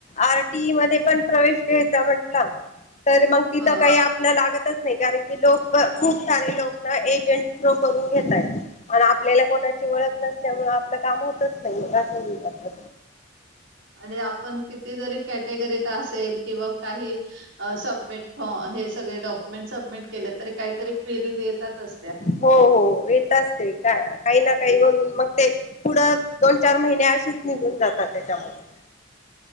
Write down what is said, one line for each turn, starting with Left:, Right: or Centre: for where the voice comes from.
Left: आरटीई मध्ये पण प्रवेश घ्यायचा म्हंटलं तर मग तिथं
Right: हा
Left: काही लागतच नाही कारण की लोक खूप सारे लोक एजंट थ्रू करून घेतय आणि आपल्याला कोणाची ओळख नसल्यामुळे आपलं काम होतच नाहीे असं जात
Right: आणि आपण कितीतरी कॅटेगरीत असेल किंवा काही सबमिट फ हे सगळे डॉक्युमेंट सबमिट केले तरी काहीतरी क्विरी देतात असते
Left: हो हो येतच ते का काही ना काही म्हणून मग ते पुढं दोन चार महिने अशीच निघून जातात त्याच्यामध्ये